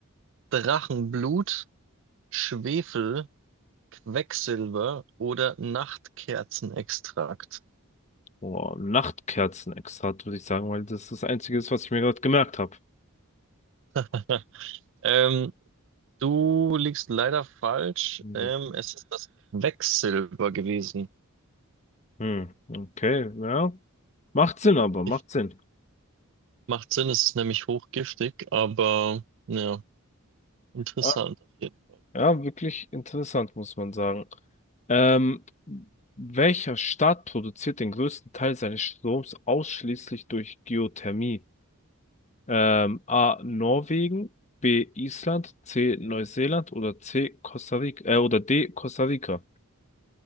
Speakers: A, on the right (about 60°); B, on the left (about 30°).
A: Drachenblut, Schwefel, Quecksilber oder Nachtkerzenextrakt?
B: Boah, Nachtkerzenextrakt, würde ich sagen, weil das das Einzige ist, was ich mir gerade gemerkt habe.
A: <laughs> Ähm, du liegst leider falsch.
B: Mhm.
A: Ähm, es ist das Quecksilber gewesen.
B: Hm, Okay, ja. Macht Sinn aber, macht
A: Ich,
B: Sinn.
A: macht Sinn, es ist nämlich hochgiftig, aber ja, interessant
B: Ja,
A: auf jeden
B: ja, wirklich interessant, muss man sagen. Ähm, welcher Staat produziert den größten Teil seines Stroms ausschließlich durch Geothermie? Ähm, A. Norwegen, B. Island, C. Neuseeland oder C. Costa Rica, äh, oder D. Costa Rica.